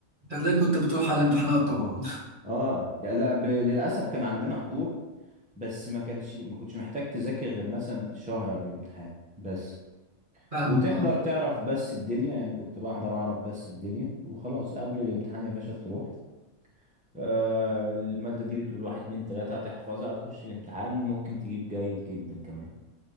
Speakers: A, on the right; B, in the centre.
A: هتلاقي كنت بتروح على الامتحانات طبعا
B: اه يا لا ب... للاسف كان عندنا حضور بس ما كانش ما كنتش محتاج تذاكر غير مثلا شهر قبل الامتحان بس
A: فاهمك
B: وتحضر
A: اه
B: تعرف بس الدنيا يعني كنت بحضر اعرف بس الدنيا وخلاص قبل الامتحان يا باشا تروح آه المادة دي بتقول واحد اتنين تلاتة هتحفظها هتخش الامتحان ممكن تجيب جيد جدا كمان